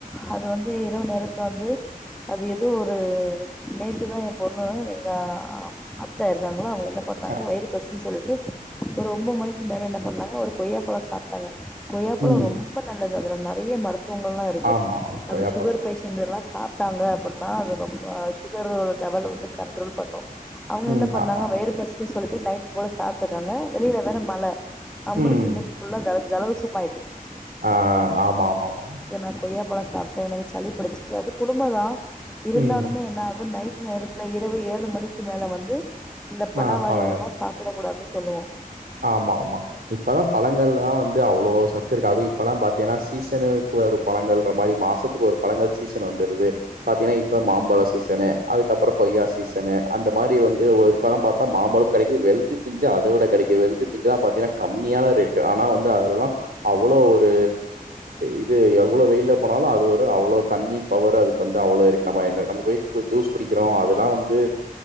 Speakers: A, in the centre; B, on the right.
A: அது வந்து இரவு நேரத்துல வந்து அது ஏதோ ஒரு நேத்துதா எ பொண்ணு எங்க அ அத்தா இருக்காங்ளா அவங்க ன்ன பண்ணாங்க
B: ஆ
A: வயிறு பசி சொல்ட் ட்டு ஒரு ஒம்பது மணிக் மேல என்ன பண்ணாங்க ஒரு கொய்யாப்பழம் சாப்ட்டாங்க கொய்யாப்பழம்
B: ம்
A: ரொம்ப நல்லது அதுல நெறைய மருத் த்துவங்கல்லாம் இருக்கு
B: ஆமா கொய்யாப்பழோ
A: அத சுகர் பேஷண்ட்டுல்ல சாப் ட்டாங்க அப்டின்னா அது ரொம் சுகரோட லெவல் வந்து கண்ட்ரோல் பண்ணும் அவங்க
B: ம்
A: என்ன பண்ணாங்க
B: ஆமா
A: வயிறு பசிக்குது சொல் நைட் போல சாப்புட்டு இருக்காங்க வெளியில வேற மழ அவங்களுக்கு
B: ம்
A: இன்னைக்கு ஃபுல்லா தரஸ் ஜலதோசமா ஆயிட்டு
B: ஆ ஆமா ஆமா ஆமா
A: நா கொய்யாப்பழோ சாப்ட எனக்கு சளி படிச்சுருச்சு அது குடும்பதா இருந்தாலுமே
B: ம்
A: என்னாகு நைட் நேரத்துல இரவு ஏழு மணிக்கு மேல வந்து இந்த பழ
B: ஆ
A: வகைகள்
B: பழங்கள்
A: எல்லா சாப்புட கூடாதுஸ் சொல்லுவோ
B: ஆமா ஆமா இப்பதா பழங்கல்லா வந் து அவ்ளோ சத்து இருக்காது இப்பல்லா பாத்தீங்கன்னா சீசனுக்கு ஒரு பழங்கள்ற மாரி மாசத்துக்கு ஒரு பழங்கள் சீசன் வந்துருது பாத்தீங்கன்னா இப் இப்போ மாம்பழ சீசனு அதுக்கப்பறோ கொய்யா சீசனு அது இந்த மாரி வந்து ஓய் பழம் பாத்தா மாம்பழமு கெடைக்குது வெள்ரி பிஞ்சு அதவிட கெடைக் வெள்ரி பிஞ்சுலா பாத்தீன்னா கம்மியான ரேட் டு ஆனா வந்து அதுலெல்லா அவ்வளோ ஒர் ரு இது எவ்வளோ வெயில போனாலு அது அவ்வளோ தண்ணி பவரு அதுக்கு வந்து அவ்வளோ இருக்கு நம்ம என்ன நம்ம போய் ஜூஸ் குடிக்கிறோ அதெல்லாம் வந்து